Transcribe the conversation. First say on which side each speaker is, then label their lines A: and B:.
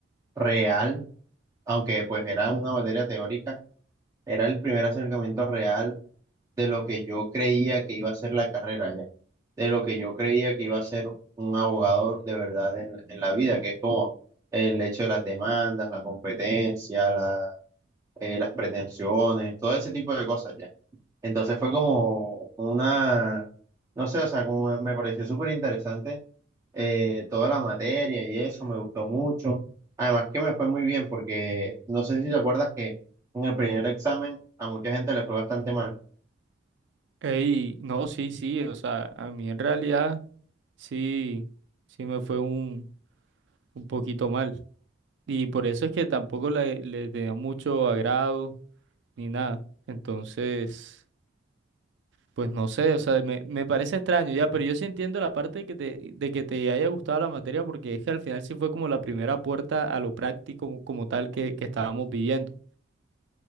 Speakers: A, on the right; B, on the right.
A: real, aunque pues era una materia teórica, era el primer acercamiento real de lo que yo creía que iba a ser la carrera ya, de lo que yo creía que iba a ser un abogado de verdad en, en la vida, que es como el hecho de las demandas, la competencia, la- eh, las pretensiones, todo ese tipo de cosas ya. Entonces fue como una, no sé, o sea, como me pareció súper interesante eh, toda la materia y eso, me gustó mucho. Además que me fue muy bien porque no sé si te acuerdas que en el primer examen a mucha gente le fue bastante mal.
B: Ey, no, sí, sí, o sea, a mí en realidad sí, sí me fue un, un poquito mal. Y por eso es que tampoco le, le tenía mucho agrado ni nada. Entonces... Pues no sé, o sea, me, me parece extraño ya, pero yo sí entiendo la parte de que te, de que te haya gustado la materia porque es que al final sí fue como la primera puerta a lo práctico como, como tal que, que estábamos viviendo.